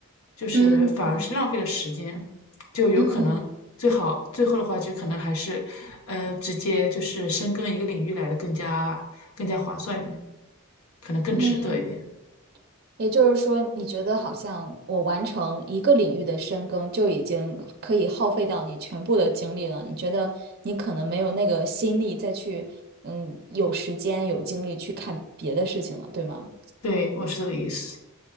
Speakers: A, on the left (about 75°); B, on the right (about 45°).
A: 就是反而是浪费了时间，
B: 嗯
A: 就有可能最好最后的话就可能还是，
B: 嗯
A: 呃，直接就是深耕一个领域来的更加更加划算一点，可能更值得一点。
B: 嗯。也就是说，你觉得好像我完成一个领域的深耕，就已经可以耗费掉你全部的精力了。你觉得你可能没有那个心力再去，嗯，有时间有精力去看别的事情了，对吗？
A: 对，我是这个意思。